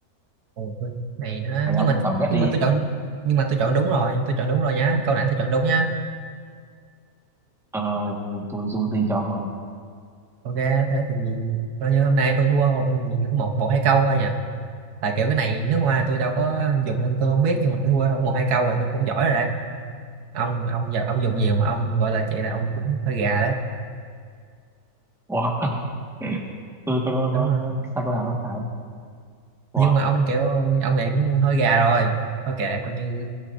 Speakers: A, on the right; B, in the centre.
A: ồ, cái này nó
B: Phải
A: nhưng
B: ông
A: mà
B: tổng kết
A: nhưng
B: đi.
A: mà tôi chọn nhưng mà tôi chọn đúng rồi tôi chọn đúng rồi nhá câu nãy tôi chọn đúng nhá
B: Ờ, tôi dù gì chồng ông luôn.
A: ok thế thì coi như hôm nay tôi thua không chỉ có một một hai câu thôi nhỉ? tại kiểu cái này nước hoa tôi đâu có dùng nên tôi không biết nhưng mà tôi thua không một hai câu rồi tôi cũng giỏi rồi đấy ông ông giờ ông
B: Ừ.
A: dùng nhiều mà ông gọi là chị là ông cũng hơi gà đấy
B: Ủa, <laughs> tôi có nói, nói,
A: đúng rồi
B: nói sai câu nào đâu phải. Ủa,
A: nhưng mà ông kiểu ông này cũng hơi gà rồi thôi kệ coi như